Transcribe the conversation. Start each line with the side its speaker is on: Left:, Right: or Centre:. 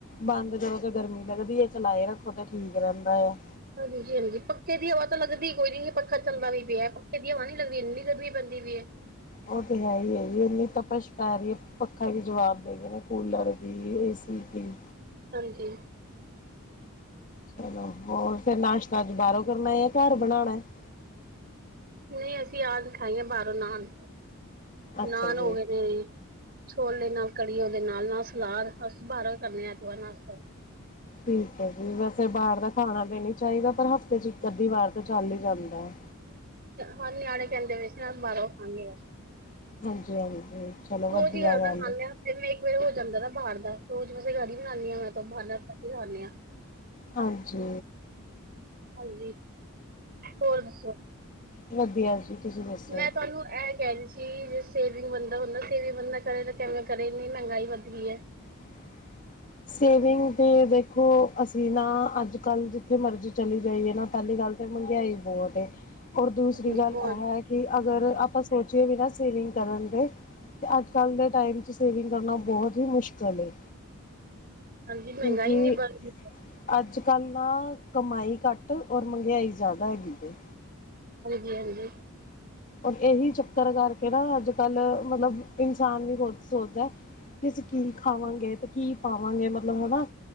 Left: ਬੰਦ ਜਦੋਂ ਤੇ ਗਰਮੀ ਲੱਗਦੀ ਹੈ ਚਲਾਏ ਰੱਖੋ ਤੇ ਠੀਕ ਰਹਿੰਦਾ ਆ।
Right: ਹਾਂਜੀ-ਹਾਂਜੀ, ਪੱਖੇ ਦੀ ਹਵਾ ਤਾਂ ਲੱਗਦੀ ਈ ਕੋਈ ਨੀ, ਪੱਖਾ ਚੱਲਦਾ ਵੀ ਪਿਆ। ਪੱਖੇ ਦੀ ਹਵਾ ਨੀ ਲੱਗਦੀ ਇੰਨੀ ਗਰਮੀ ਪੈਂਦ ਦੀ ਵੀ ਏ।
Left: ਉਹ ਤੇ ਹੈ ਹੀ ਹੈ ਜੀ, ਇੰਨੀ ਤਪਸ਼ ਪੈ ਰਹੀ ਐ, ਪੱਖਾ ਵੀ ਜਵਾਬ ਦੇ ਗਏ ਨੇ ਕੂਲਰ ਵੀ ਏਸੀ ਠੀਕ ਐ।
Right: ਹਾਂਜੀ
Left: ਚਲੋ, ਹੋਰ ਫੇਰ ਨਾਸ਼ਤਾ ਅੱਜ ਬਾਹਰੋਂ ਕਰਨਾ ਏ ਘਰ ਬਣਾਣਾ ਐ <inaudible>
Right: ਨਹੀਂ ਅਸੀਂ ਆਜ ਖਾਈਆਂ ਬਾਹਰੋਂ ਨਾਨ
Left: ਅੱਛਾ
Right: ਨਾਨ
Left: ਜੀ
Right: ਹੋ ਗਏ ਨੇ, ਛੋਲੇ ਨਾਲ। ਕੜੀ ਓਦੇ ਨਾਲ-ਨਾਲ ਸਲਾਦ, ਅਸੀ ਬਾਹਰੋਂ ਕਰਨੇ ਐਤਵਾਰ ਨਾਸਤਾ।
Left: ਠੀਕ ਹੈ ਜੀ, ਵੈਸੇ ਬਾਹਰ ਦਾ ਖਾਣਾ ਤੇ ਨੀ ਚਾਹੀਦਾ ਪਰ ਹਫ਼ਤੇ ਚ ਇੱਕ ਅੱਧੀ ਵਾਰ ਤਾਂ ਚੱਲ ਹੀ ਜਾਂਦਾ ਐ।
Right: ਹਾਂ ਨਿਆਣੇ ਕਹਿੰਦੇ ਪਏ ਸੀ ਨਾ ਬਾਹਰੋਂ ਖਾਣੀ ਅੱਜ
Left: ਹਾਂਜੀ ਹਾਂਜੀ ਚਲੋ ਵਧੀਆ
Right: ਰੋਜ਼ ਹੀ ਘਰ
Left: ਗੱਲ
Right: ਦਾ ਖਾਂਦੇ
Left: ਹੈ।
Right: ਫਿਰ ਮੈਂ ਇੱਕ ਵਾਰ ਹੋ ਜਾਂਦਾ ਨਾ ਬਾਹਰ ਦਾ ਰੋਜ਼ ਵੈਸੇ ਘਰ ਹੀ ਬਣਾਦੀ ਆ ਮੈਂ ਤਾ, ਬਾਹਰ ਦਾ ਘੱਟ ਹੀ ਖਾਂਦੇ ਆ।
Left: ਹਾਂਜੀ।
Right: ਹਾਂਜੀ। ਹੋਰ ਦਸੋ,
Left: ਵਧੀਆ ਜੀ ਤੁਸੀਂ ਦੱਸੋ?
Right: ਮੈਂ ਤੁਹਾਨੂੰ ਇਹ ਕਹਿ ਰਹੀ। ਚੀਜ ਸੇਵਿੰਗ ਬੰਦਾ ਹੁੰਦਾ, ਸੇਵਿੰਗ ਬੰਦਾ ਕਰੇ ਤਾਂ ਕਿਵੇਂ ਕਰੇ ਇੰਨੀ ਮਹਿੰਗਾਈ ਵੱਧ ਗਈ ਏ।
Left: <inaudible> ਸੇਵਿੰਗ ਦੀ ਦੇਖੋ, ਅਸੀਂ ਨਾ ਅੱਜ-ਕੱਲ੍ਹ ਜਿੱਥੇ ਮਰਜ਼ੀ ਚਲੇ ਜਾਈਏ ਨਾ ਪਹਿਲੀ ਗੱਲ ਤਾਂ ਮਹਿੰਗਾਈ ਬਹੁਤ ਐ ਔਰ ਦੂਸਰੀ
Right: ਹਾਂਜੀ
Left: ਗੱਲ
Right: ਬਹੁਤ,
Left: ਇਹ ਹੈ ਕਿ ਅਗਰ ਆਪਾਂ ਸੋਚ ਕੇ ਵੀ ਨਾ ਸੇਵਿੰਗ ਕਰਨ ਦੇ ਤੇ ਅੱਜ ਕੱਲ੍ਹ ਦੇ ਟਾਈਮ ' ਸੇਵਿੰਗ ਕਰਨਾ ਬਹੁਤ ਹੀ ਮੁਸ਼ਕਲ ਏ।
Right: ਹਾਂਜੀ ਮਹਿੰਗਾਈ
Left: ਕਿਉਂਕਿ,
Right: ਇੰਨੀ
Left: ਅੱਜ
Right: ਵੱਧ ਗਈ,
Left: ਅੱਜ ਕੱਲ ਨਾ ਕਮਾਈ ਘੱਟ ਔਰ ਮਹਿੰਗਾਈ ਜ਼ਿਆਦਾ ਹੈਗੀ ਜੇ।
Right: ਹਾਂਜੀ ਹਾਂਜੀ।
Left: ਇਹੀ ਚੱਕਰ ਕਰਕੇ ਨਾ ਅੱਜ ਕੱਲ੍ਹ ਮਤਲਬ ਇਨਸਾਨ ਨੀ ਸੋਚਦਾ। ਅਸੀ ਕੀ ਖਾਵਾਂਗੇ ਤੇ ਕੀ ਪਾਵਾਂਗੇ ਮਤਲਬ ਹੈ ਨਾ।